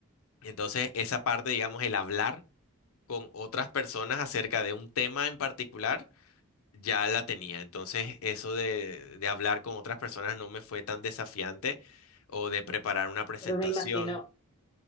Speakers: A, on the left; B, on the left.
A: Entonces, esa parte, digamos, el hablar con otras personas acerca de un tema en particular, ya la tenía. Entonces, eso de, de hablar con otras personas no me fue tan desafiante o de preparar una presentación.
B: Pero me imagino,